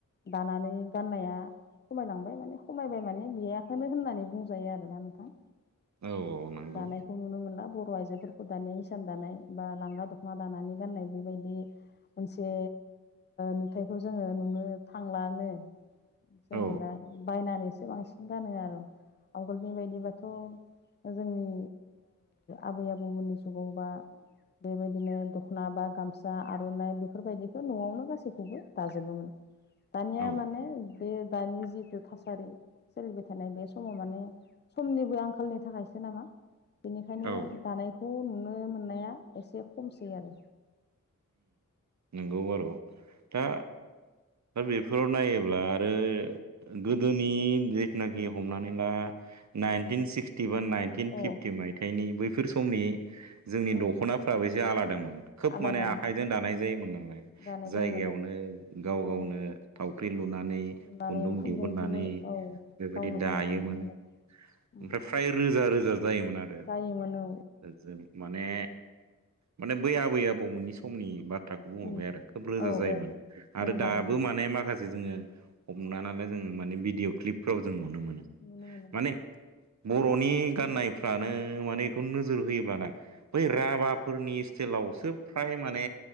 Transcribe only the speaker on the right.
औ औ नंगौ
औ
औ
औ
नंगौ आरो' दा दा बेफोराव नायोब्ला आरो गोदोनि जिथुनाखि हमनानै ला नाइटिनक्स फटिभान नाइनटिन
फिफटि मायथाइनि बैफोर समनि जोंनि
दख'नाफ्राबो एसे आलादामोन खोब
माने आ आायद दानाय जायोमोन नालाय
जायगायावनो
गाव गावनो थावख्रि लुनानै
खुन्दुं
दिहुननानै
बेबायदि
दायोमोन
ओमफ्राय फ्राय रोजा रोजा जायोमोन आरो
जों माने माने बै
आबै आबौमोननि समनि बा बुंरबाय
आरो खोब रोजा
जायोमोन
आरो
दाबो
माने माखासे जोङो हमना नालाय जोङो माने भिडिअ क्लिपफ्राव जों मोनो
माने बर'नि गाननायफ्रानो माने बेखौ नोजोर होयोब्लाना बै
राभाफोरनि हेलावसो फ्राय माने